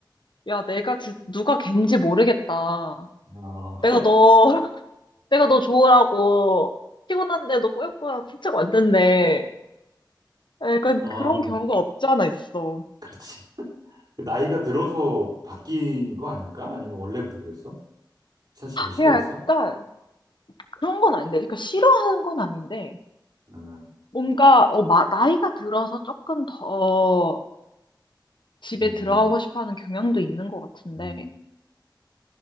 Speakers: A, on the left (about 75°); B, on the right (about 60°).
A: 야, 내가 진짜 누가 걘지 모르겠다.
B: 어,
A: 내가 너, <laughs> 내가 너 좋으라고 피곤한데 너 꾸역꾸역 산책 왔는데. 약간
B: <laughs> 어,
A: 그런 경우가 없지 않아 있어.
B: 그렇지. 그 나이가 들어서 바뀐 거 아닐까? 아니면 원래부터 그랬어? 산책을 싫어했어?
A: 내가 약간 그런 건 아닌데, 그러니까 싫어하는 건 아닌데,
B: 아,
A: 뭔가, 어, 마- 나이가 들어서 조금 더 집에
B: 음,
A: 들어가고 싶어 하는 경향도 있는 것 같은데,
B: 음.